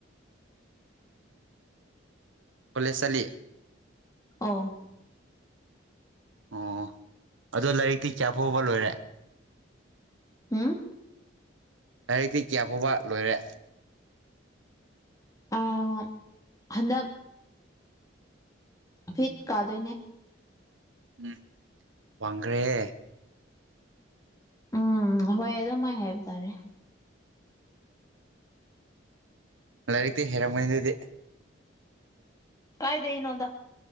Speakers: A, on the right; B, on the left.
A: ꯀꫭꯂꯦꯁ ꯆꯠꯂꯤ
B: ꯑꯥꯎ
A: ꯑꯣ ꯑꯗꯣ ꯂꯥꯏꯔꯤꯛꯇꯤ ꯀꯌꯥꯐꯥꯎꯕ ꯂꯣꯏꯔꯦ
B: ꯍꯥꯝ
A: ꯂꯥꯏꯔꯤꯛꯇꯤ ꯀꯌꯥ ꯐꯥꯎꯕ ꯂꯣꯏꯔꯦ
B: ꯑꯥ ꯍꯟꯗꯛ ꯐꯤꯠ ꯀꯥꯗꯣꯏꯅꯦ
A: ꯎꯝ ꯋꯥꯡꯈ꯭ꯔꯦꯍ‌ꯦ
B: ꯎꯝ ꯍꯣꯏ ꯑꯗꯨꯝꯥꯏ ꯍꯥꯏꯕ ꯇꯥꯔꯦ
A: ꯂꯥꯏꯔꯤꯛꯇꯤ ꯍꯩꯔꯝꯒꯅꯤꯗꯨꯗꯤ
B: ꯀꯥꯏꯗꯩꯅꯣꯗ